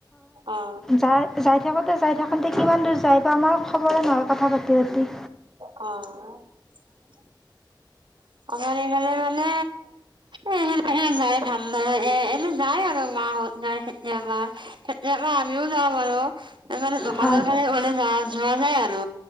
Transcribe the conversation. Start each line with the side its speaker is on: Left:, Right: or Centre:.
Right: অ
Centre: যাই যাই থাকোঁতে যাই থাকোঁতে কিমান দূৰ যায় পাও, আমাৰ খবৰে নহয় কথা পাতি পাতি
Right: অ'। <inaudible> আমাৰ এইফালে মানে এ সেনেকে যাই ভাল নালাগে। এ এনে যায় আৰু মাহঁত যায় কেতিয়াবা। কেতিয়াবা আমিও যাওঁ বাৰু এই মানে দোকানৰ
Centre: হয়
Right: ফালে মানে যা যোৱা যায় আৰু।